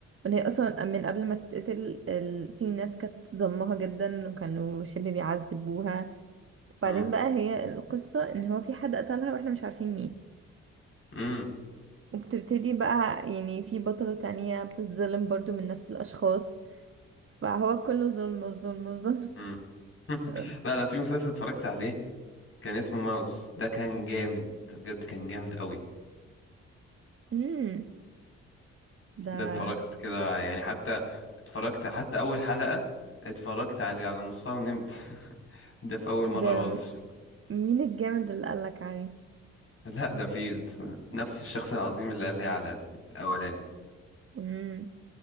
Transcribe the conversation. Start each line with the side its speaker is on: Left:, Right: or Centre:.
Right: وان هي اصلا من قبل ما تتقتل ال... في ناس كانت ظلمها جدا وكانوا شبه بيعذبوها وبعدين
Left: امم
Right: بقى هي القصة ان هو في حد قتلها واحنا مش عارفين مين
Left: امم
Right: وبتبتدي بقى يعني في بطلة تانية بتتظلم برضو من نفس الأشخاص فهو كله ظلم في ظلم في ظلم
Left: إمم.
Right: كده.
Left: لا انا في مسلسل اتفرجت عليه كان اسمه ماوس ده كان جامد بجد كان جامد قوي
Right: امم <laughs> ده
Left: ده اتفرجت كده يعني حتى اتفرجت حتى اول حلقة اتفرجت عليه على نصها ونمت <laughs> ده في اول مرة
Right: ده
Left: خالص
Right: مين الجامد اللي قالك عليه
Left: لا ده في نفس الشخص العظيم اللي قال لي على الاولاني
Right: امم